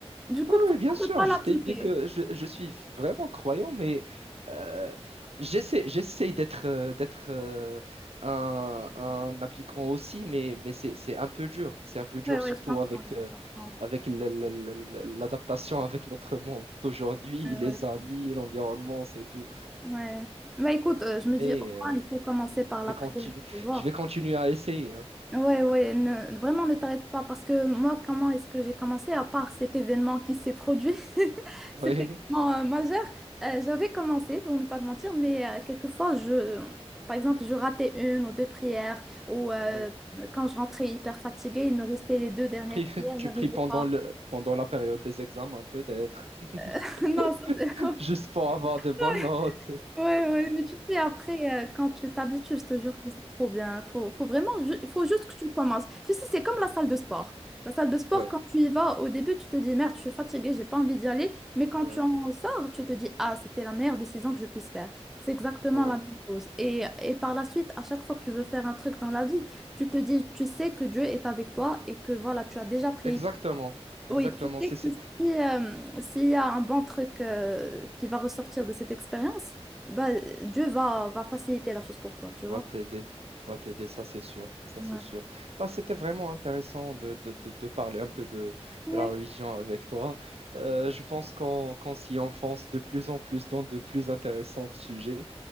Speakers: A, in the centre; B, on the right.
A: Du coup,
B: Oui,
A: pourquoi
B: oui, bien sûr,
A: ne pas
B: je
A: l'appliquer?
B: t'ai dit que je, je suis vraiment croyant, mais euh, j'essaie, j'essaie d'être euh, d'être euh, un, un appliquant aussi, mais, mais c'est, c'est un peu dur. C'est un peu dur,
A: Ouais, ouais,
B: surtout
A: je comprends,
B: avec,
A: je
B: euh,
A: comprends.
B: avec le- le- le- le- l'adaptation avec notre monde d'aujourd'hui,
A: Ouais,
B: les
A: ouais, je comprends.
B: amis, l'environnement, c'est tout.
A: Ouais. Bah, écoute, euh, je me dis,
B: Mais
A: au moins,
B: euh,
A: il faut commencer par la
B: je vais
A: prière,
B: continuer,
A: tu vois.
B: je vais continuer à essayer. hein.
A: Ouais, ouais, ne- vraiment, ne t'arrête pas, parce que moi, comment est-ce que j'ai commencé, à part cet événement qui s'est produit, <laughs>
B: <laughs>
A: cet événement euh, majeur, euh, j'avais commencé, pour ne pas te mentir, mais euh, quelquefois, je... Par exemple, je ratais une ou deux prières, ou euh,
B: Oui, oui.
A: quand je rentrais hyper fatiguée, il me restait les deux dernières
B: Tu pries,
A: prières,
B: tu
A: j'arrivais
B: pries pendant
A: pas.
B: le, pendant la période des examens, peut-être, <laughs>
A: <laughs> Non, ça, c'est-
B: juste pour avoir de bonnes
A: <laughs>
B: notes.
A: Ouais, ouais, mais tu sais, après, euh, quand tu t'habitues, je te jure que c'est trop bien. Faut, faut vraiment, ju- il faut juste que tu commences. Tu sais, c'est comme la salle de sport. La salle de sport,
B: Oui.
A: quand tu y vas, au début, tu te dis, merde, je suis fatiguée, j'ai pas envie d'y aller. Mais quand
B: Ouais,
A: tu en sors, tu te dis, ah, c'était la meilleure décision que je puisse faire. C'est exactement
B: ouais,
A: la même chose. Et, et par la suite, à chaque fois que tu veux faire un truc dans la vie, tu te dis, tu sais que Dieu est avec toi et que voilà, tu as déjà pris
B: exactement, exactement.
A: oui, tu sais
B: C'est, c'est-
A: que si, euh, s'il y a un bon truc euh, qui va ressortir de cette expérience, bah, Dieu va, va faciliter la chose pour toi, tu
B: va
A: vois.
B: t'aider, va t'aider, ça c'est sûr, ça
A: Ouais.
B: c'est sûr. Bah, c'était vraiment intéressant de, de, de, de parler un peu de,
A: Ouais,
B: de la religion avec toi. Euh, je pense qu'on qu'on s'y enfonce de plus en plus dans de plus intéressants sujets.